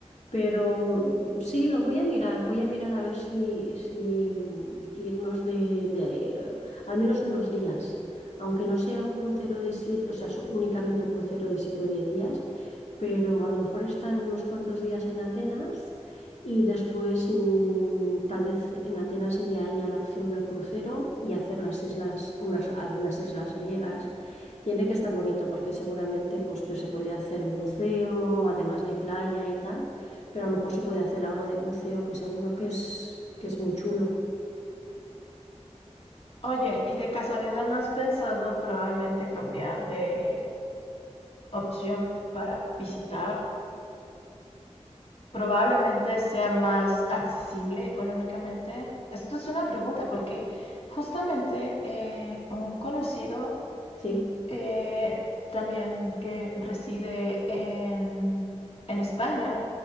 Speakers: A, on the left; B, on the left.
A: Pero mm, sí, lo voy a mirar, voy a mirar a ver si, si mm, irnos de, de, eh, al menos unos días, aunque no sea un crucero de siete, o sea, so- únicamente un crucero de siete o diez días, pero a lo mejor estar unos cuantos días en Atenas y después mm, tal vez en Atenas ya haya la opción del crucero y hacer las islas, unas, algunas islas griegas. Tiene que estar bonito porque seguramente pues, pues se puede hacer buceo, además de playa y tal pero a lo mejor se puede hacer algo de buceo que seguro que es, que es muy chulo.
B: Oye, ¿y de casualidad no has pensado probablemente cambiar de opción para visitar probablemente sea más accesible económicamente? Esto es una pregunta porque justamente eh, un conocido
A: Sí,
B: eh, también que reside en, en España